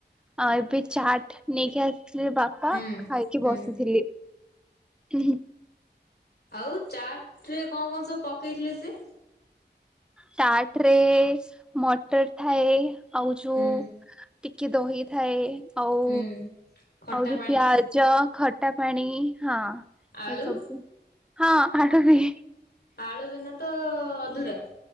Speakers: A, in the centre; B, on the left.
A: ଆଉ ଏବେ ଚାଟ ନେଇକି ଆସିଥିଲେ ବାପା
B: ହୁଁ।
A: ଖାଇକି
B: ହୁଁ
A: ବସିଥିଲି। ହୁଁ ହୁଁ।
B: ଆଉ ଚାଟ୍ ରେ କଣ କଣ ସବୁ ପକେଇଥିଲେ ସେ?
A: ଚାଟ୍ ରେ ମଟର ଥାଏ ଆଉ ଯୋଉ
B: ହୁଁ
A: ଟିକେ ଦହିଥାଏ ଆଉ
B: ହୁଁ। ଖଟା
A: ଆଉ ଯୋଉ
B: ପାଣି
A: ପ୍ୟାଜ୍ ଜ ଖଟା ପାଣି ହଁ
B: ଆଳୁ
A: ଏସବୁ ହଁ ଖଟାପାଣି।
B: ଆଳୁ ବିନା ତ ଅଧୁରା।